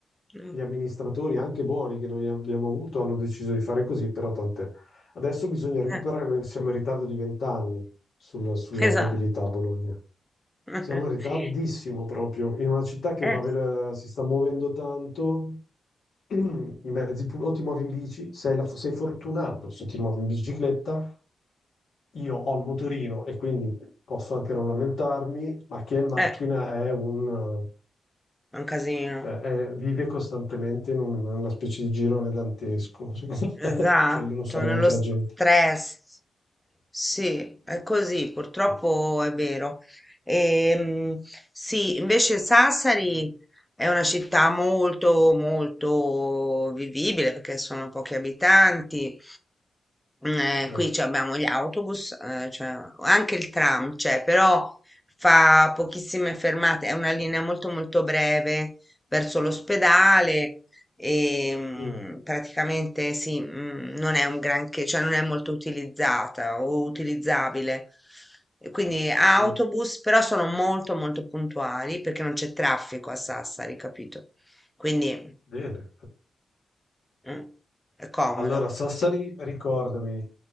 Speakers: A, in the centre; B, on the left.
A: Mm,
B: gli amministratori, anche buoni che noi abbiamo avuto, hanno deciso di fare così, però tant'è. Adesso bisogna recuperare,
A: eh,
B: noi siamo in ritardo di vent'anni sul- sulla
A: esatto.
B: mobilità a Bologna.
A: <laughs>
B: Siamo in ritardissimo proprio, in una città che
A: Eh,
B: va velo- si sta muovendo tanto, <clears throat> i mezzi pubblici, o ti muovi in bici, sei, la- sei fortunato se ti muovi in bicicletta, io ho il motorino e quindi posso anche non lamentarmi, ma chi è in macchina
A: eh,
B: è un,
A: è un casino.
B: cioè, è- vive costantemente in un- una specie di girone dantesco, secondo <laughs>
A: Esatto,
B: me. Cioè, io non so neanche
A: nello stress.
B: la gente.
A: Sì, è così, purtroppo
B: Sì,
A: è vero. Ehm, sì, invece Sassari è una città molto, molto vivibile perché sono pochi abitanti, Mm, eh,
B: certo.
A: qui ci abbiamo gli autobus, eh, cioè, anche il tram c'è, però fa pochissime fermate, è una linea molto molto breve verso l'ospedale e mm,
B: Mm,
A: praticamente sì, mm, non è un granché, cioè non è molto utilizzata o utilizzabile. E Quindi autobus,
B: mm.
A: però sono molto molto puntuali perché non c'è traffico a Sassari, capito? Quindi
B: Bene.
A: mm, è comodo.
B: Allora, Sassari, ricordami,